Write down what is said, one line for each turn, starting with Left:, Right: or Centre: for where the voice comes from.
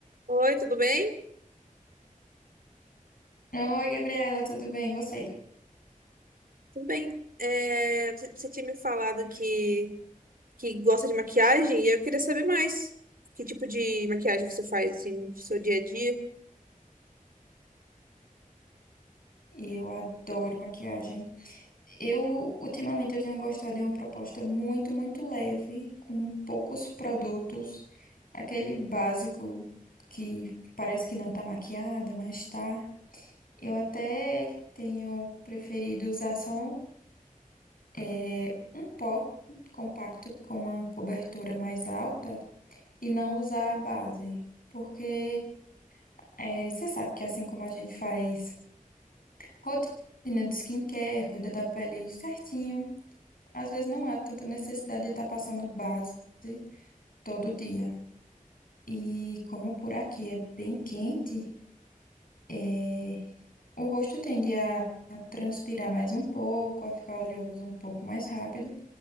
Right: Oi, tudo bem?
Left: Oi, Gabriela, tudo bem? E você?
Right: Tudo bem. É, você você tinha me falado que, que gosta de maquiagem e eu queria saber mais. Que tipo de maquiagem você faz assim, no seu dia a dia?
Left: Eu adoro maquiagem. Eu, ultimamente, eu tenho gostado de uma proposta muito, muito leve, com poucos produtos. Aquele básico que parece que não tá maquiada, mas tá. Eu até tenho preferido usar só eh, um pó compacto com a cobertura mais alta e não usar a base. Porque eh, você sabe que assim como a gente faz. Rotina de skincare, cuida da pele certinho. Às vezes não há tanta necessidade de estar passando base todo dia. E como por aqui é bem quente, é, o rosto tende a transpirar mais um pouco, a ficar oleoso um pouco mais rápido.